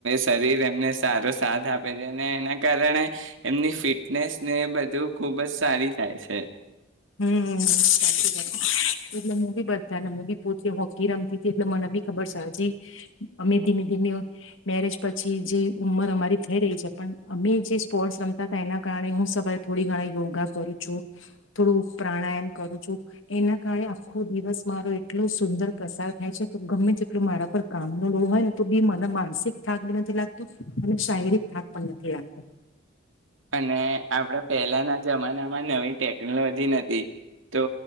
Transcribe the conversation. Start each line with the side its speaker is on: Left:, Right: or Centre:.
Right: શરીર એમને સારો સાથ આપે છે અને એના કારણે એમની ફિટનેસને બધું ખુબ જ સારી થાય છે
Left: હમ સાચી વાત એટલે હું બી બધા ને હું બી પોતે હોકી રમતી હતી એટલે મને બી ખબર છે હજી અમે ધીમે ધીમે મેરેજ પછી જે ઉંમર અમારી થઈ રહી છે પણ અમે જે સ્પોર્ટ્સ રમતા હતા એના કારણે હું સવારે થોડી ઘણા યોગા કરું છું થોડું પ્રાણાયામ કરું છું એના કારણે આખો દિવસ મારો એટલો સુંદર પ્રસાર થાય છે કે ગમે તેટલો મારા પર કામનો લો હોય ને તો બી મને માનસિક થાક બી નથી લાગતો અને શારીરિક થાક પણ નથી લાગતો
Right: અને આપડા પહેલાના જમાનામાં નવી ટેકનોલોજી નથી તો